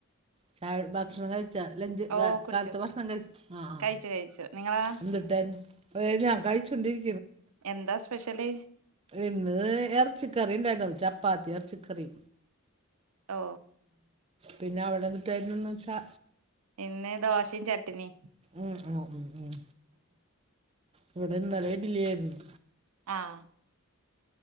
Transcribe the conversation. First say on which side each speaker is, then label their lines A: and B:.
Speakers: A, on the right (about 25°); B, on the right (about 75°).
A: ചായ ഭക്ഷണം കഴിച്ചാ ലഞ്ച്
B: ഓ
A: ക
B: കുടിച്ചു
A: കാലത്ത് ഭക്ഷണം കഴി ആ ആ
B: കഴിച്ചു കഴിച്ചു നിങ്ങളാ
A: എന്തുട്ടായിര്ന്നു <unintelligible> കഴിച്ചൊണ്ടിരി
B: എന്താ സ്പെഷ്യല്
A: ഇന്ന് എർച്ചിക്കറിണ്ടായിര്ന്നു പ്പ ച പ്പാത്തി എർച്ചിക്കറി
B: ഓ
A: പിന്നെ അവിടെ എന്തുട്ടായിരുന്നു ചാ
B: ഇന്ന് ദോശയും ചട്ണി.
A: ഉം ഉം ഉം ഉം ഇവിടെ ഇന്നലെ ഇഡ്ഡലിയായിരുന്നു.
B: ആഹ്